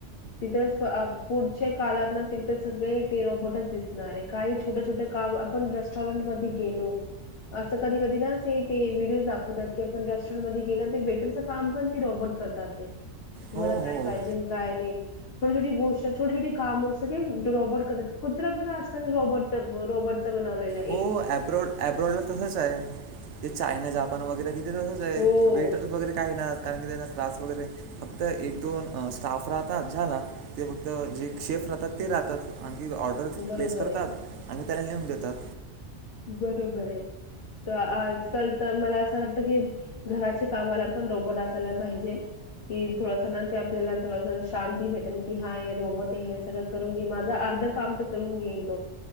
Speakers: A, on the left (about 60°); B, on the right (about 85°).
A: तिथंच आ पुढच्या काळात ना तिथं सगळे ते रोबोटच दिसणार आहे. काही छोट्या छोट्या का आपण रेस्टॉरंट मधे गेलो असं कधी कधीना असे ते व्हिडियोज दाखवतात की आपण रेस्टॉरंटध्ये गेलो ते वेटरच काम पण ते रोबोट करतात ते तुम्हाला
B: हो,
A: काय
B: हो.
A: पाहिजे काय नाही? छोटी, छोटी गोष्ट छोेटी, छोटी काम सगळी हे रोबोट करतात. कुत्र पण आजकाल रोबोट ते ब रोबटचं बनवलेल.
B: हो अँब्रोड, अँब्रोडला तसंच आहे ते चायना जापान वगैरे तिथे तसंच आहे
A: हो,
B: वेटर वगैरे काय नहत. कारण की त्यांना <unintelligible> वगैरे फक्त एक दोन स्टाफ राहतात झाला. ते फक्त जे शेफ राहतात ते राहतात. आणखी ऑर्ड ऑर्डर
A: बरोबर
B: प्लेस करतात
A: आहे.
B: आणि् त्याला नेऊन देतात.
A: बरोबर आहे त आजकाल तर मला असं वाटतं की घराचे कामाला पण रोबोट असायला पाहिजे. कि थोडंस ना ते आपल्याला थोडस शांती भेटेन की हा हे रोबोट आहे, हे सगळं करून घेईन, माझ अर्ध काम तर करून घेईन तो.